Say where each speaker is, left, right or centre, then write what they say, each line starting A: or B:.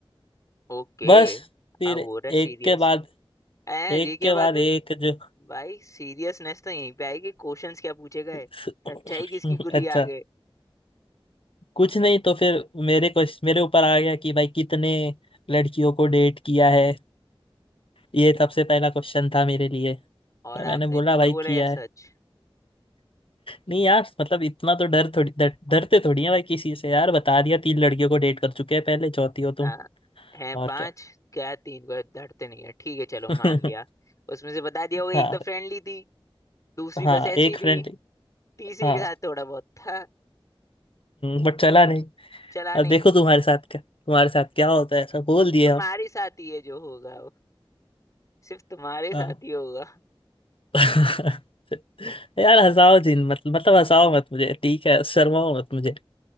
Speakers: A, on the left (about 35°); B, on the left (about 70°).
A: ओके
B: बस फिर
A: अब हो
B: एक
A: रहा है सीरियस
B: के बाद
A: ए
B: एक
A: ये क्या
B: के
A: बात
B: बाद
A: हुई
B: एक जो
A: भाई सीरियसनेस तो यहीं पे आएगी क्वेश्चंस क्या पूछे गए
B: <laughs>
A: सच्चाई किसकी गुली
B: अच्छा
A: आ गए
B: कुछ नहीं तो फिर मेरे क्वेश्चन मेरे ऊपर आ गया कि भाई कितने लड़कियों को डेट किया है ये सबसे पहला क्वेश्चन था मेरे लिए तो
A: और आपने
B: मैंने बोला
A: झूठ
B: भाई
A: बोला
B: किया
A: या
B: है
A: सच
B: नहीं यार मतलब इतना तो डर थोड़ी डर, डरते थोड़ी है भाई किसी से यार बता दिया तीन लड़कियों को डेट कर चुके हैं पहले चौथी हो
A: हाँ
B: तुम
A: हैं
B: और
A: पांच
B: क्या
A: क्या तीन को धरते नहीं है ठीक है चलो
B: <laughs>
A: मान लिया उसमें से बता दिया होगा एक
B: हाँ
A: तो फ्रेंडली थी दूसरी
B: हाँ
A: बस ऐसी
B: एक
A: थी
B: फ्रेंड
A: तीसरी
B: हाँ
A: के साथ थोड़ा बहुत था
B: बट चला नहीं
A: चला
B: अब
A: नहीं
B: देखो तुम्हारे साथ क्या तुम्हारे साथ क्या होता है ऐसा बोल दिए
A: तुम्हारे
B: हम
A: साथ ही है जो होगा वो सिर्फ तुम्हारे
B: हाँ
A: साथ ही होगा
B: <laughs> यार हंसाओ जिन मत, मतलब हंसाओ मत मुझे ठीक है शर्माओ मत मुझे